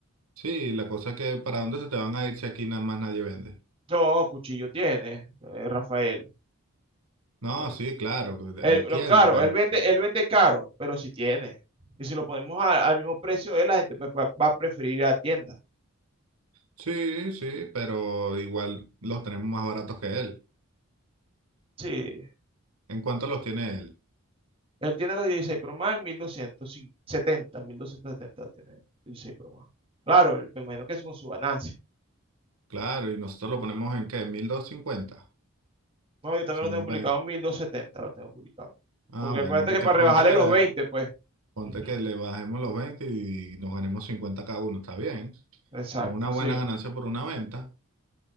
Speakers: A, on the right (about 80°); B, on the right (about 25°).
A: Sí, la cosa es que ¿para dónde se te van a ir si aquí nada más nadie vende?
B: No, cuchillo tiene, eh, Rafael.
A: No,
B: Bueno,
A: sí, claro, él
B: él-
A: tiene,
B: lo- claro,
A: pero...
B: él vende,
A: si
B: él vende caro, pero si tiene. Y si lo ponemos a- al mismo precio, eh, la gente pues, va, va a preferir ir a la tienda.
A: Sí, sí, pero igual los tenemos más baratos que él.
B: Sí,
A: ¿En cuánto los tiene él?
B: Él tiene los 16 Pro Max, mil doscientos setenta mil doscientos setenta tiene el 16 Pro Max. Claro, me imagino que es con su ganancia.
A: Claro, y nosotros lo ponemos en qué, 1250.
B: No, yo también
A: Son
B: lo tengo publicado
A: 20.
B: mil en setenta lo tengo publicado.
A: Ah,
B: Porque
A: bueno,
B: acuérdate
A: porque
B: que para
A: ponte
B: rebajarle
A: que
B: los
A: le,
B: 20, pues.
A: ponte
B: Ujú,
A: que le bajemos los 20 y nos ganemos 50 cada uno, está bien.
B: Exacto,
A: Es una
B: sí.
A: buena ganancia por una venta.